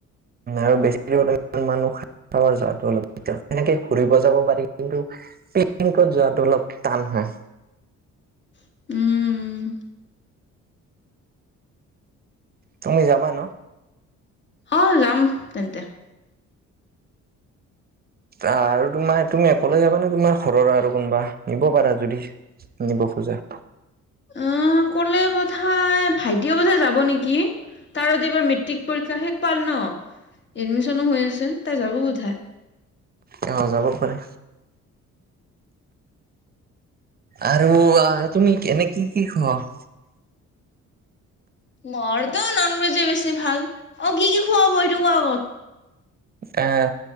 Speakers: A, on the right; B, on the left.
A: আৰু বেছি মানুহ খাব যোৱাটো অলপ সেনেকে ঘুৰিব যাব পাৰি কিন্তু পিকনিঅত যোৱাটো অলপ টান হয়।
B: উম
A: তুমি যাবা ন?
B: অহ যাম তেন্তে
A: আৰু তোমাৰ তুমি অকলে যাবানে তোমাৰ ঘৰৰ আৰু কোনোবা নিব পাৰা যদি নিব খোজা
B: অহ ক'লে বোধাই ভাইটি বোধাই যাব নেকি তাৰ এইবাৰ মেট্ৰিক পৰীক্ষা শেষ পাল ন এডমিচনো হৈ আছে তাই যাব বোধাই
A: এ যাব পাৰে। আৰু তুমি এনে কি- কি খৱ
B: মৰটো নন ভেজে বেছি ভাল। অহ ', কি - কি খুৱাব এইটো কোৱা আগত।
A: এ